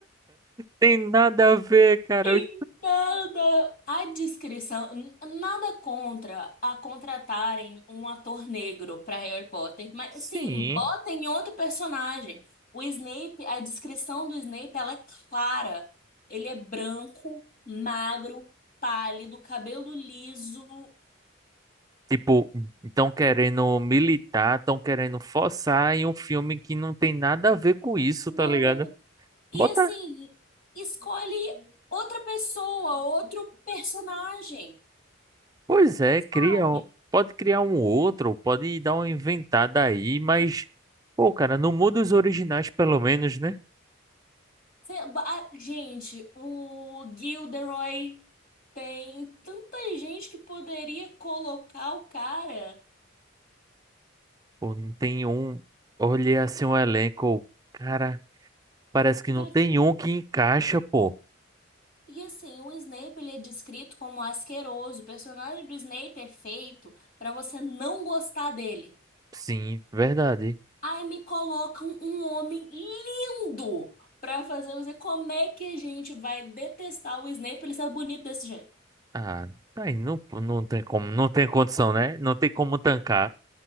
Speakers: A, on the right; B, on the left.
A: Tem nada a ver, cara.
B: Em
A: As
B: nada a descrição, n- nada contra a contratarem um ator negro para Harry Potter, mas
A: Sim.
B: sim, botem outro personagem. O Snape, a descrição do Snape, ela é clara. Ele é branco, magro, pálido, cabelo liso,
A: Tipo, estão querendo militar, estão querendo forçar em um filme que não tem nada a ver com isso,
B: nada
A: tá ligado?
B: a ver. E
A: Bota.
B: assim, escolhe outra pessoa, outro personagem,
A: Pois é,
B: sabe?
A: cria. um- Pode criar um outro, pode dar uma inventada aí, mas. Pô, cara, não muda os originais, pelo menos, né?
B: Cê- ba- ah, gente, o Gilderoy tem tanta gente que poderia colocar o cara
A: Pô, não tem um. Olhei assim um elenco. Cara, parece que
B: e vai
A: não tem
B: ficar.
A: um que encaixa, pô.
B: E assim, o Snape ele é descrito como asqueroso. O personagem do Snape é feito pra você não gostar dele.
A: Sim, verdade.
B: Aí me colocam um homem lindo pra fazer você. Como é que a gente vai detestar o Snape ele ser bonito desse jeito?
A: Ah, tá aí não, não tem como, não tem condição, né? Não tem como tancar.